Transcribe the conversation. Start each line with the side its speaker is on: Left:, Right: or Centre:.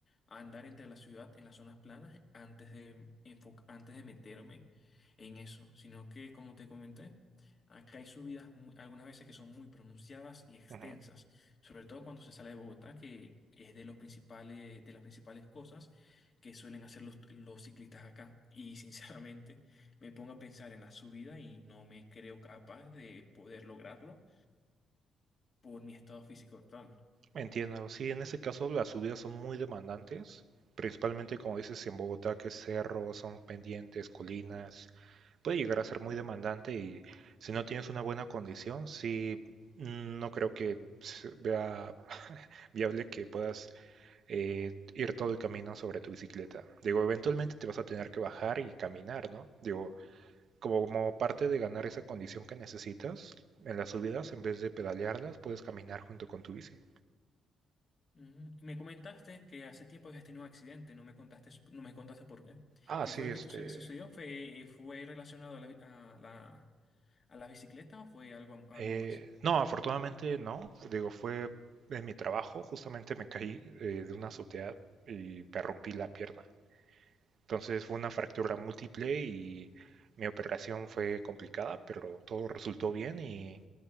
Left: a andar entre la ciudad en las zonas planas antes de enfo- antes de meterme en eso, sino que como te comenté, acá hay subidas mu- algunas veces que son muy pronunciadas y extensas,
Right: ujú.
Left: sobre todo cuando se sale de Bogotá, que es de los principales de las principales cosas que suelen hacer los, los ciclistas acá. Y sinceramente, me pongo a pensar en la subida y no me creo capaz de poder lograrlo por mi estado físico actual.
Right: Entiendo, sí, en ese caso las subidas son muy demandantes, principalmente como dices si en Bogotá, que es cerro, son pendientes, colinas, puede llegar a ser muy demandante y si no tienes una buena condición, sí, mm, no creo que se vea <laughs> viable que puedas eh, ir todo el camino sobre tu bicicleta. Digo, eventualmente te vas a tener que bajar y caminar, ¿no? Digo, como parte de ganar esa condición que necesitas en las subidas, en vez de pedalearlas, puedes caminar junto con tu bici.
Left: Ujú. Me comentaste que hace tiempo habías tenido un accidente, no me contaste, no me contaste por qué.
Right: Ah,
Left: ¿Qué
Right: sí,
Left: fue lo
Right: este.
Left: que tu- sucedió? ¿Fue, fue relacionado a la, a la, a la bicicleta o fue algo, algo
Right: eh,
Left: más?
Right: no, afortunadamente no. Digo, fue en mi trabajo, justamente me caí eh, de una azotea y me rompí la pierna. Entonces fue una fractura múltiple y mi operación fue complicada, pero todo resultó bien y